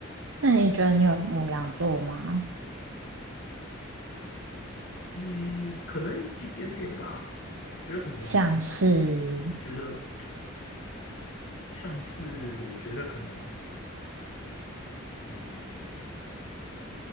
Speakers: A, on the right; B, on the left.
A: 那你觉得你有母羊座吗？
B: 嗯，可能一一点点吧，觉得可能一
A: 像是，
B: 觉得像是我觉得可能嗯。